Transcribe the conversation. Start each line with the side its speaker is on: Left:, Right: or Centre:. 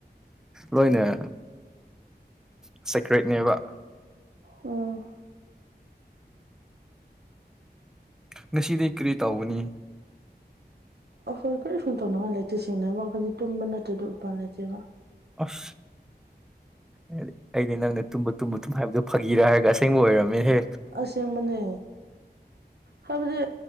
Centre: ꯂꯣꯏꯅ ꯁꯦꯀ꯭ꯔꯦꯠꯅꯦꯕ
Right: ꯎꯝ
Centre: ꯉꯁꯤꯗꯤ ꯀꯔꯤ ꯇꯧꯒꯅꯤ
Right: ꯑꯈꯣꯏ ꯀꯔꯤꯁꯨ ꯇꯧꯅꯤꯡꯉꯥꯏ ꯂꯩꯇꯦ ꯁꯦꯡꯅ ꯍꯥꯏꯕ ꯑꯈꯣꯏꯗꯤ ꯇꯨꯝꯕ ꯅꯠꯇ꯭ꯔꯗꯤ ꯎꯄꯥꯏ ꯂꯩꯇꯦꯕ
Centre: ꯑꯁ ꯑꯩꯗꯤ ꯑꯩꯗꯤ ꯅꯪꯅ ꯇꯨꯝꯕ ꯇꯨꯝꯕ ꯗꯨꯝ ꯍꯥꯏꯕꯗꯣ ꯐꯥꯒꯤꯔ ꯍꯥꯏꯔꯒ ꯑꯁꯦꯡꯕ ꯑꯣꯏꯔꯝꯃꯦꯍꯦ
Right: ꯑꯁꯦꯡꯕꯅꯦ ꯍꯥꯏꯕꯗꯤ